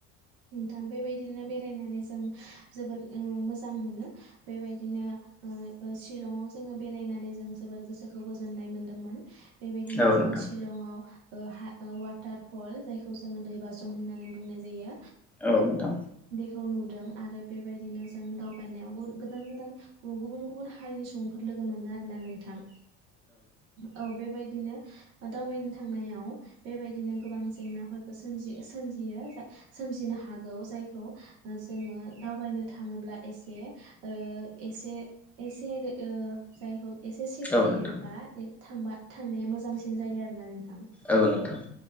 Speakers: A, on the right (about 45°); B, in the centre.
A: नोंथां बेबायदिनो बेरायनानै जों जोबोद ओ मोजां मोनो बेबायदिनो ओ शिलंआव जोङो बेरायनानै जों जोबोद गोसोखौ गोजोननाय मोनदोंमोन । बेबायदिनो
B: औ
A: जोङो
B: नोंथां
A: शिलंआव ओ हा ओ वाटार फल जायखौ जोङो दैबाज्रम होन्नानै बुंनाय जायो
B: औ नोंथां
A: खौ नुदों आरो बेबायदिनो जों दावबायनायाव गुन गोदान गोदान गुबुन गुबुन हारिनि सुबुंफोर लोगो मोनो आरोना नोंथां औ बेबाय <unintelligible> दावबायनो थांनायाव बेबायदिनो गोबां जेंनाफोरबो सोमजि सोमजिनो हागौ जायखौ जोङो दावबायनो थाङोब्ला एसे ओ एसे एसे ओ जायखौ एसे सेफटियै
B: औ नोंथां
A: बा थांबा थांनाय मोजांसिन जायो आरोना नोंथां
B: औ नोंथां